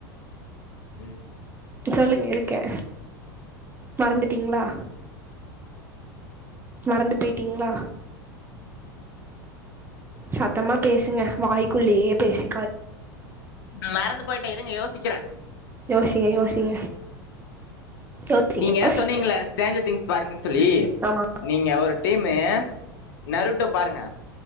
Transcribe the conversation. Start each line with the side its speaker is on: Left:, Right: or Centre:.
Left: எ
Right: சொல்லுங்க இருக்கே மறந்துட்டீங்களா மறந்து போயிட்டீங்களா
Left: <inaudible>
Right: சத்தமா பேசுங்க வாய்க்குள்ளேயே பேசி
Left: மறந்து போயிட்டே இருங்க யோ சிக்கிறே
Right: யோசிங்க யோசிங்க யோசிங்க
Left: நீங்க
Right: யோசிங்க
Left: சொன்னீங்கல ஸ்டேன்ஜ்ர் திங்ஸ் பாருங்கனு சொல்லி
Right: ஆமா
Left: நீங்க ஒரு டீம்மு நருடோ பாருங்க